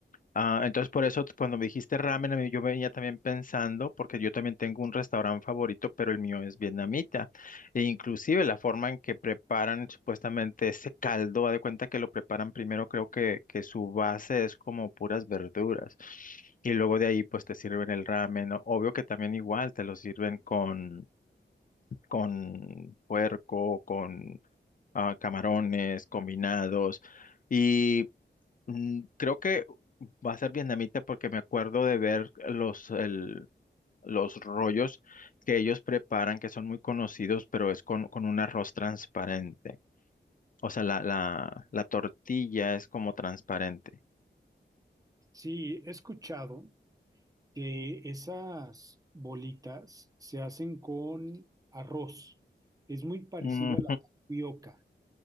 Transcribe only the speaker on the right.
Sí, he escuchado que esas bolitas se hacen con arroz. Es muy parecido
a la tapioca.